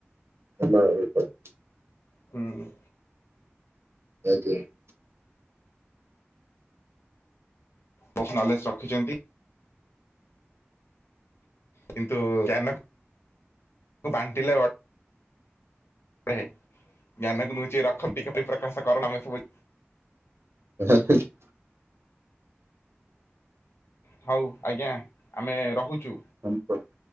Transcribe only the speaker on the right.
<unintelligible>
<unintelligible>
<unintelligible>
ଆଜ୍ଞା।